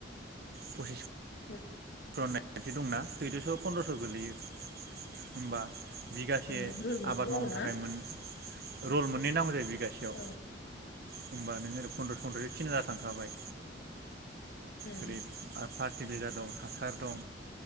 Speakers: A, on the right; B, on the left.
A: पसिस
B: होम
A: <unintelligible> दंना सैद'स' फन्द्रस' गोलैयो। होमबा बिगासे
B: ओम रुल मोनसे
A: आबाद मावनो
B: आरोना
A: थाखाय मोन रल मोननै नांगौ जायो बि गासेयाव
B: औ
A: होनबा नों ओरै फन्द्र फन्द्रयै तिन हाजार थांखाबाय
B: ओम
A: ओरै फार फार <inaudible> दं हासार दं